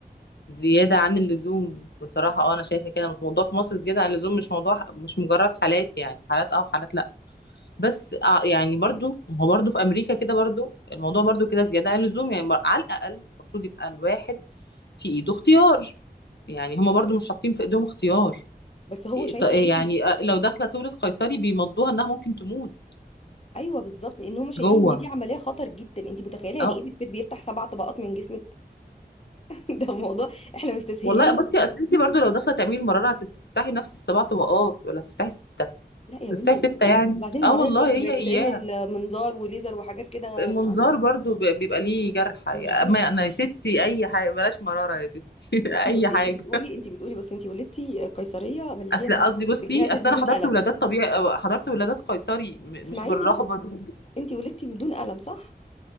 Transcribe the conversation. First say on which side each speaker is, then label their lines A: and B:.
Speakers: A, on the left; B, on the left.
A: زيادة عن اللزوم بصراحة اه انا شايفة كده الموضوع في مصر زيادة عن اللزوم مش موضوع مش مجرد حالات يعني حالات اه وحالات لا بس آه يعني برضو ما هو برضو في امريكا كده برضو الموضوع برضو كده زيادة عن اللزوم يعني مر- على الاقل المفروض يبقى الواحد في ايده اختيار يعني هما برضو مش حاطين في ايديهم اختيار
B: بس هو
A: إيه
B: شايفك
A: ط- إيه
B: انت
A: يعني آه، لو داخلة تولد قيصري بيمضوها انها ممكن تموت
B: ايوه بالظبط لان هم شايفين
A: جوه
B: ان هي دي عمليه خطر جدا انت متخيله يعني
A: اه
B: ايه بتفيد بيفتح سبع طبقات من جسمك <laughs> ده الموضوع احنا مستسهلين
A: والله بصي اصل انت برضو لو داخله تعملي المراره هتفتحي نفس السبع طبقات ولا هتفتحي
B: لا يا
A: بفتحي
B: بنتي
A: ستة
B: بس لا
A: يعني
B: وبعدين المرايح
A: اه والله
B: دلوقتي
A: هي
B: بقت
A: اياها
B: تتعمل منظار وليزر وحاجات كده
A: المنظار
B: ما اعرفش
A: برضو بي- بيبقى ليه جرح يا-
B: مش زي
A: اما انا يا ستي اي حاجه بلاش مراره يا ستي <laughs>
B: بصي
A: اي
B: بصي
A: حاجه
B: انت بتقولي انت بتقولي بصي انت ولدتي قيصريه اللي
A: اصل
B: هي
A: قصدي بصي
B: بالجهاز
A: اصل
B: اللي
A: انا
B: بدون
A: حضرت
B: قلم
A: ولادات طبيعي أو حضرت ولادات قيصري م-
B: اسمعيني
A: مش بالرهبه
B: بس
A: دي
B: انت ولدتي بدون قلم صح